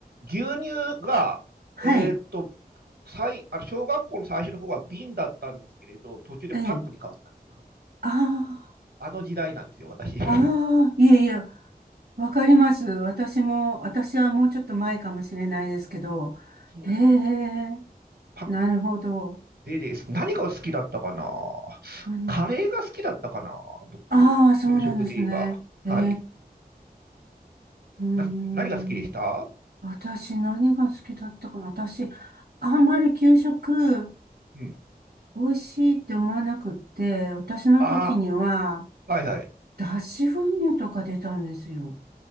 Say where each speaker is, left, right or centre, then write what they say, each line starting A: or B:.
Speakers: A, on the right; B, on the right.
A: 牛乳が、
B: はい、
A: えーっと、最、あの、小学校の最初の方は瓶だったんですけれど、途中でパックに変わったんですよ。
B: ええ、あ
A: あの時代なんですよ、私。<laughs>
B: あ、ああ、いえいえ、わかります。私も、私はもうちょっと前かもしれないですけど、
A: うん。
B: へえ、
A: パック
B: なるほど。
A: でです。何が好きだったかな。
B: うん、
A: カレーが好きだったかな、僕。
B: ああ、そうなんですね。
A: 給食で言えば。
B: へえ、
A: はい。
B: うん。
A: な、何が好きでした
B: 私何が好きだったかな。私、あんまり給食
A: うん。
B: 美味しいって思わなくって、私の時には
A: あはいはい。
B: 脱脂粉乳とか出たんですよ。